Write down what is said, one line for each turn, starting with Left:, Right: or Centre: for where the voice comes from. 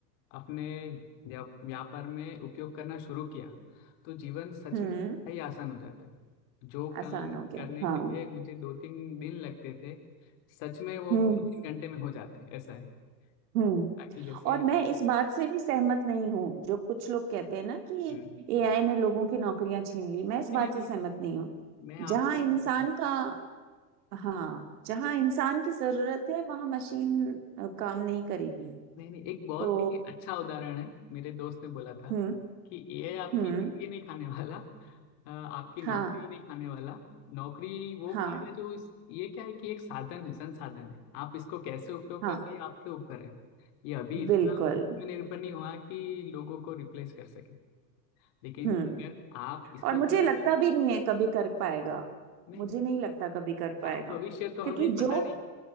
Left: अपने व्या- व्यापार में उपयोग करना शुरू किया तो जीवन सच
Right: हम्म
Left: में बड़ा ही आसान हो जाता है जो
Right: आसान
Left: काम
Right: हो गया
Left: करने
Right: हाँ
Left: के लिए मुझे दो तीन दिन लगते थे सच में वो
Right: हम्म
Left: दो तीन घंटे में हो जाते हैं ऐसा है
Right: हम्म
Left: ताकि जैसे
Right: और मैं इस बात से भी सहमत नहीं हूँ जो कुछ लोग कहते हैं ना कि
Left: हम्म,
Right: एआई ने लोगों की नौकरियां छीन ली मैं
Left: नहीं
Right: इस बात
Left: नहीं, बिल्कुल
Right: से सहमत नहीं हूँ
Left: मैं आपके
Right: जहाँ इंसान
Left: बिल्कुल
Right: का हाँ जहाँ इंसान की जरूरत है वहां मशीन अ, काम नहीं करेगी
Left: नहीं नहीं एक बहुत
Right: तो
Left: ही अच्छा उदाहरण है मेरे दोस्त ने बोला था
Right: हम्म
Left: कि एआई आपकी
Right: हम्म
Left: जिंदगी नहीं खाने वाला अ, आपकी
Right: हाँ
Left: नौकरी नहीं खाने वाला नौकरी वो
Right: हाँ
Left: खाएगा जो इस ये क्या है कि एक साधन है संसाधन है आप इसको कैसे उपयोग
Right: हाँ
Left: करते हैं ये आपके ऊपर है ये अभी इतना
Right: बिल्कुल
Left: उसमें निर्भर नहीं हुआ कि लोगों को रिप्लेस कर सके लेकिन
Right: हम्म
Left: अगर आप इसको
Right: और मुझे
Left: सीख
Right: लगता
Left: लें
Right: भी नहीं है कभी कर पाएगा
Left: नहीं
Right: मुझे
Left: नहीं
Right: नहीं लगता कभी कर पाएगा
Left: आप भविष्य तो
Right: क्योंकि
Left: अभी पता
Right: जो
Left: नहीं